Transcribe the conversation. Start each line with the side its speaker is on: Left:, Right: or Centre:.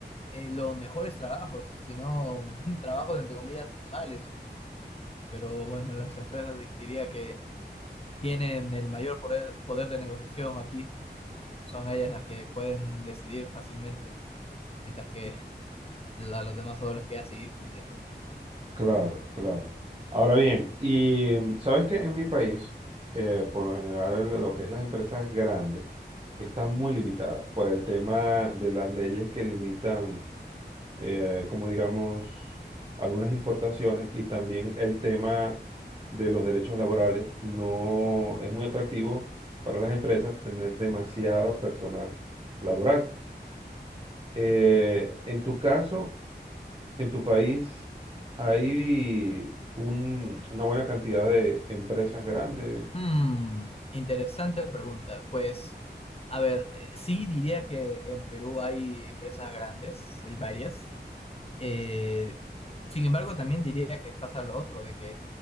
Left: eh, los mejores trabajos, sino <laughs> trabajos entre comillas normales. Pero bueno, las empresas di- diría que tienen el mayor poder, poder de negociación aquí, son ellas las que pueden decidir fácilmente, mientras que a los demás solo les queda seguir compitiendo.
Right: Claro, claro. Ahora bien, y mm, sabes que en mi país, eh, por lo general, lo que es las empresas grandes están muy limitadas por el tema de las leyes que limitan, eh, como digamos, algunas importaciones y también el tema de los derechos laborales. No es muy atractivo para las empresas tener demasiado personal laboral. Eh, en tu caso en tu país hay un- una buena cantidad de empresas grandes.
Left: Hmm, interesante pregunta. Pues, a ver, eh, sí diría que en Perú hay empresas grandes, hay varias. Eh, sin embargo, también diría que pasa lo otro, de que